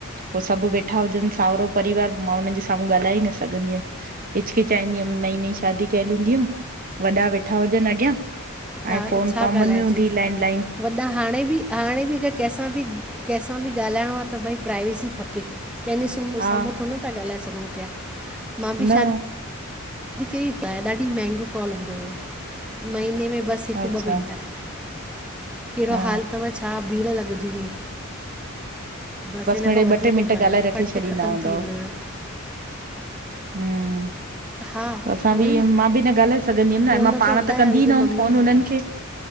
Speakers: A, on the right; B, in the centre.
A: पो सब वेठा हुजनि साहुरो परिवार मां उननि जे साम्हूं ॻाल्हाए ई न सघंदी हुअमि। हिचकिचाईंदी हुअमि नई नईं शादी कयल हूंदी हुअमि वॾा वेठा हुजनि अॻियां
B: तव्हां
A: ऐं फोन
B: छा
A: कॉमन
B: ॻाल्हाइजे
A: में हूंदीही लैंडलाइन
B: वॾा हाणे बि हाणे बि कंहिंसां बि कंहिंसां बि ॻाल्हाइणो आहे त भई प्राइवेसी खपे कंहिं कहिंजे
A: हा
B: साम्हूं थोड़नता ॻाल्हाए सघऊं प्या मां बि
A: न
B: शादी <unintelligible> ॾाढी महांंगो कॉल हूंदो हो महीने में बस बस हिक
A: अच्छा
B: ॿ मिंट कहिड़ो
A: हा
B: हाल तव छा भीड़ लॻंदी हुई। बसि इन
A: मिड़ेई
B: खां वधीक
A: ॿ टे मिंट
B: कान
A: ॻाल्हाए रखी
B: फट
A: छॾींदा
B: ख़तमु
A: हूंदव
B: थी वेंदो हुयो।
A: हम्म।
B: हा
A: पो असां
B: उहो
A: बि
B: ई
A: मां बि न ॻाल्हाए सघंदी हुअमि न
B: फ़ोन
A: मां पाण
B: हूंदा
A: त कंदी
B: हुया मुंहिंजी
A: न हुअमि
B: मम्मी
A: फोन हुनननि खे